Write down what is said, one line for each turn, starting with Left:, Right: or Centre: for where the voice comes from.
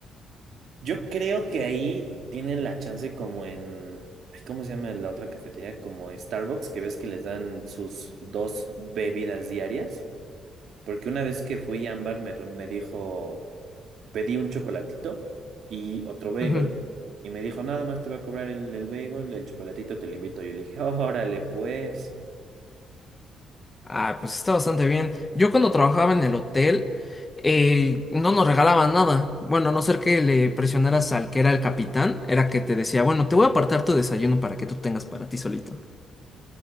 Right: Yo creo que ahí tienen la chance como en, ay, ¿cómo se llama la otra cafetería? Como Starbucks, que ves que les dan sus dos bebidas diarias. Porque una vez que fui a Ámbar me, re- me dijo, pedí un chocolatito y otro bagel.
Left: Ujú.
Right: Y me dijo, nada más te voy a cobrar el, el bagel, el chocolatito te lo invito. Yo le dije, órale, pues.
Left: Ah, pues está bastante bien. Yo cuando trabajaba en el hotel, eh, no nos regalaban nada. Bueno, a no ser que le presionaras al que era el capitán, era que te decía, bueno, te voy a apartar tu desayuno para que tú tengas para ti solito.